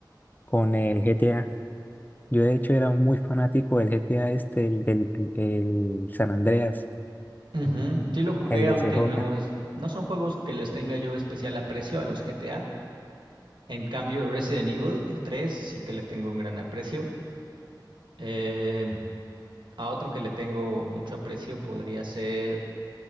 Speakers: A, on the left; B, on the right.
A: con el GTA. Yo de hecho era muy fanático del GTA este, el, el, el San Andreas,
B: ujú. Sí lo jugué,
A: el de
B: aunque
A: CJ.
B: no es, no son juegos que les tenga yo especial aprecio a los GTA. En cambio, Resident Evil, el 3 sí que le tengo un gran aprecio. Eh, a otro que le tengo mucho aprecio podría ser